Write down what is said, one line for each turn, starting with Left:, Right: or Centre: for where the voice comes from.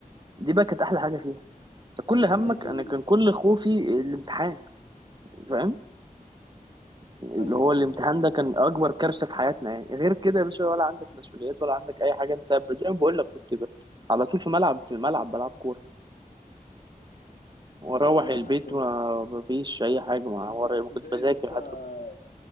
Right: دي بقى كانت احلى حاجه فيها انت كل
Left: والله
Right: همك
Left: دي
Right: انا كان كل خوفي الامتحان فاهم اللي
Left: ايوه
Right: هو الامتحان
Left: ايوه
Right: ده كان اكبر كارثه في حياتنا يعني غير كده يا باشا ولا عندك مسؤوليات ولا عندك اي حاجه انت زي ما بقول لك كنت ب- على طول في ملعب في الملعب بلعب كوره واروح
Left: <laughs> والله
Right: البيت
Left: حصل
Right: وما فيش اي حاجه ما
Left: زي
Right: ورا ما
Left: زي
Right: كنتش بذاكر
Left: يسطا
Right: حتى كنت